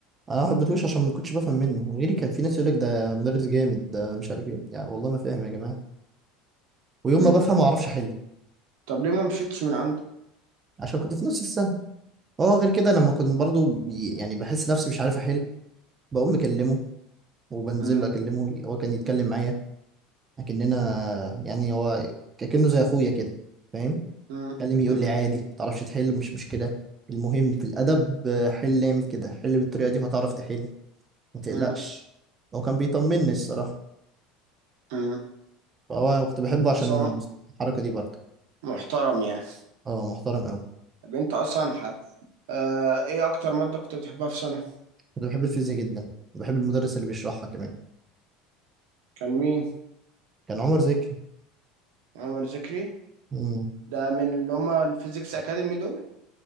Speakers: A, on the right; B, on the right.
A: انا ما حبيتهوش عشان ما كنتش بفهم منه غيري كان في ناس يقول لك ده مدرس جامد ده مش عارف ايه يعني والله ما فاهم يا جماعه ويوم
B: امم
A: ما بفهم ما اعرفش احل
B: طب ليه ما مشيتش من عند
A: عشان كنت في نص السنه هو غير كده لما كنت برضو بي- يعني بحس نفسي مش عارف احل بقوم مكلمه وبنزل
B: امم
A: له اكلمه هو كان يتكلم معايا اكننا يعني هو كأنه زي اخويا كده فاهم
B: امم
A: اتكلم يقول
B: امم
A: لي عادي متعرفش تحل مش مشكلة المهم في الأدب آه، حل اعمل كده حل بالطريقة دي وهتعرف تحل ما تقلقش
B: امم
A: هو كان بيطمني الصراحة
B: امم
A: فهو كنت بحبه عشان
B: بس هو
A: الحركة دي برضه
B: محترم يعني
A: اه محترم أوي
B: طب انت اصلا ح... آه... ايه اكتر مادة كنت بتحبها في سنة
A: كنت بحب الفيزياء جدا بحب المدرس اللي بيشرحها كمان
B: كان مين
A: كان عمر زكي
B: عمر ذكري
A: مم.
B: ده من اللي هم الفيزيكس اكاديمي دول